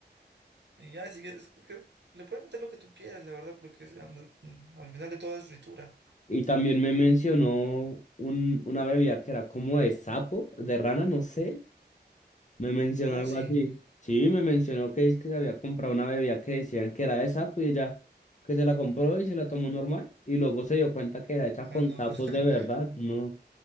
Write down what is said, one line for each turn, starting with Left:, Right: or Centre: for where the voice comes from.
Right: Y ya, si quieres, es que le puedes meter lo que tú quieras, la verdad, porque es- al, al final de todo es fritura.
Left: Y también me mencionó un, una bebida que era como de sapo, de rana, no sé. Me mencionó
Right: ¿Cómo
Left: algo
Right: si?
Left: así. Sí, me mencionó que es que se había comprado una bebida que decían que era de sapo y ella que se la compró y se la tomó normal. Y luego se dio cuenta que era hecha
Right: Ah,
Left: con
Right: no,
Left: sapos
Right: <laughs>
Left: de verdad. No,